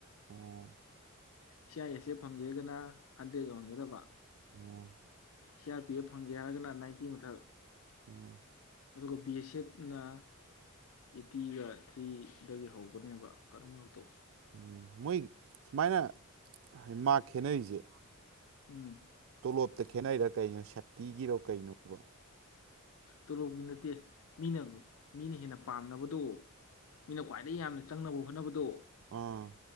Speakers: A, on the right; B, on the left.
A: ꯎꯝ
B: ꯁꯤ ꯑꯥꯏ ꯑꯦꯁ ꯑꯦ ꯐꯪꯒꯦꯒꯅ ꯍꯟꯗ꯭ꯔꯦꯗ ꯌꯧꯍꯟꯒꯗꯕ
A: ꯑꯣ
B: ꯁꯤ ꯑꯥꯔ ꯄꯤ ꯑꯦꯐ ꯐꯪꯒꯦ ꯍꯥꯏꯔꯒꯅ ꯅꯥꯏꯟꯇꯤ ꯃꯊꯛ
A: ꯎꯝ
B: ꯑꯗꯨꯒ ꯕꯤ ꯑꯦꯁ ꯑꯦꯐꯅ ꯑꯦꯠꯇꯤꯒ ꯊ꯭ꯔꯤꯗꯒꯤ ꯍꯧꯒꯅꯦꯕ ꯀꯔ ꯃꯔꯛꯇꯣ
A: ꯎꯝ ꯃꯣꯏ ꯁꯨꯃꯥꯏꯅ ꯍꯥꯏ ꯃꯥ ꯈꯦꯠꯅꯔꯤꯁꯦ
B: ꯎꯝ
A: ꯀꯣꯞꯇ ꯈꯦꯠꯅꯩꯔꯥ ꯀꯩꯅꯣ ꯁꯛꯇꯤꯒꯤꯔꯣ ꯀꯩꯅꯣꯕ
B: ꯇꯣꯂꯣꯞꯕꯤ ꯅꯠꯇꯦ ꯃꯤꯅ ꯃꯤꯅ ꯍꯦꯟꯅ ꯄꯥꯝꯅꯕꯗꯣ ꯃꯤꯅ ꯈ꯭ꯋꯥꯏꯗꯒꯤ ꯌꯥꯝꯅ ꯆꯪꯅꯕ ꯍꯣꯠꯅꯕꯗꯣ
A: ꯑꯣꯥ